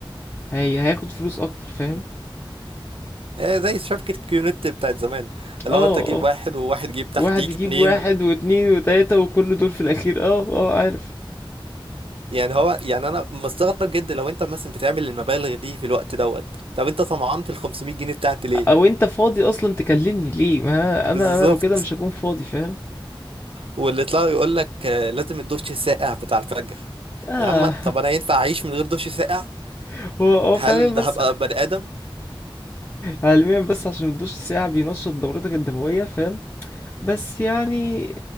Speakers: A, on the left; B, on the right.
A: هي هياخد فلوس اكتر فاهم
B: آه، زي شبكة كيونت بتاعت زمان لو
A: اه
B: انت جيب
A: اه
B: واحد وواحد جيب تحتيك
A: واحد يجيب
B: اتنين
A: واحد واتنين وتلاتة وكل دول في الأخير اه اه عارف
B: يعني هو يعني انا مستغرب جدا لو انت مثلا بتعمل المبالغ دي في الوقت دوت طب انت طمعان في ال 500 جنيه بتاعت ليه
A: أو أنت فاضي أصلا تكلمني ليه ما
B: بالظبط
A: أنا أنا لو كده مش هكون فاضي فاهم
B: واللي يطلع يقول لك آه، لازم الدش الساقع بتاع الفجر
A: اه
B: يا عم طب انا ينفع اعيش من غير دش ساقع
A: <laughs> هو هو
B: هل
A: فعلا بس
B: ده هبقى بني ادم
A: علميا بس عشان الدش ساعة بينشط دورتك الدموية فاهم بس يعني